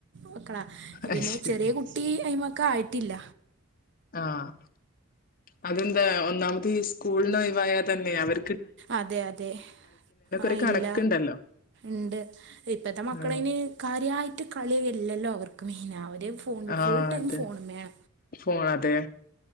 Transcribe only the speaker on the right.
മക്കളാ പിന്നെ
ചെറിയ കുട്ടി <unintelligible> ക്കായിട്ടില്ല
അതെ അതെ ആ
ഇല്ല ഇണ്ട് ഇപ്പത്തെ മക്കളയ്ന്
കാര്യമായിട്ട് കളിയില്ലല്ലോ റക്കമേ പിന്നെ അവർ ഫോൺ
ഫുൾ ടൈം
ഫോണുമ്മയാ